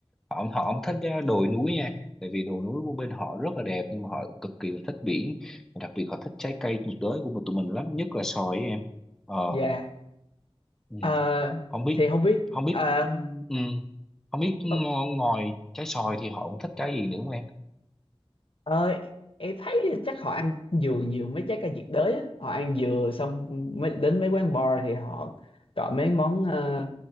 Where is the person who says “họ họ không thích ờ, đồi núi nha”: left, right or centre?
Centre